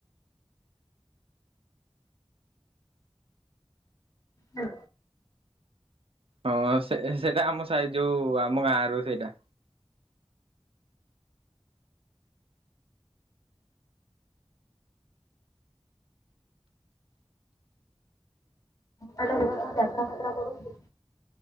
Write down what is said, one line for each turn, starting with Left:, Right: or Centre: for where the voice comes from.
Left: ହଁ
Right: ହଁ ସେ ସେଇଟା ଆମ ସାଇ ଯୋଉ ଆମ ଗାଁ ର ସେଇଟା।
Left: ତମ ସାଡେ ଗୋଟା କଣ ଯାତ୍ରା ଫାତ୍ର ପଡୁଛି।